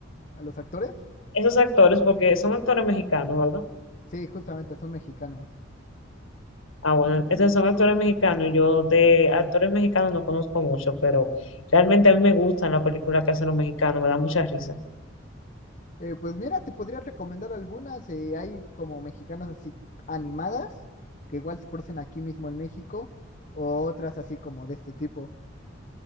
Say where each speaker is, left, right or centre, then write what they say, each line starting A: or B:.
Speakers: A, on the left; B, on the left.
A: A los actores.
B: esos actores porque son actores mexicanos, ¿verdad?
A: Sí, justamente, son mexicanos.
B: Ah, bueno, esos son actores mexicanos. y Yo de actores mexicanos no conozco mucho, pero realmente a mí me gustan las películas que hacen los mexicanos, me da mucha risa.
A: Eh, pues mira, te podría recomendar algunas. eh, hay como mexicanas así animadas, que igual se producen aquí mismo en México, o otras así como de este tipo.